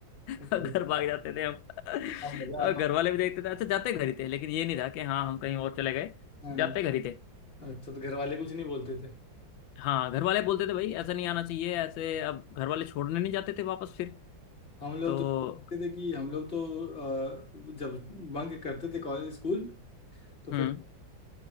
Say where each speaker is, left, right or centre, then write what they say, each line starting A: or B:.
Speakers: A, on the left (about 85°); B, on the left (about 30°).
A: <laughs>
B: कितना
A: घर भाग जाते थे हम तो
B: मजा आता
A: घर
B: होगा
A: वाले भी देखते थे अच्छा जाते घर ही थे लेकिन ये नहीं था कि हाँ हम कहीं और चले गए
B: हाँ हाँ।
A: जाते घर ही थे
B: अच्छा तो घर वाले कुछ नहीं बोलते थे
A: हाँ घर वाले बोलते थे भाई ऐसा नहीं आना चाहिए ऐसे अब घर वाले छोड़ने नहीं जाते थे वापस फिर
B: हम लोग
A: तो
B: तो क्या करते थे कि हम लोग तो अ, जब बंक करते थे कॉलेज स्कूल तो
A: हम्म
B: फिर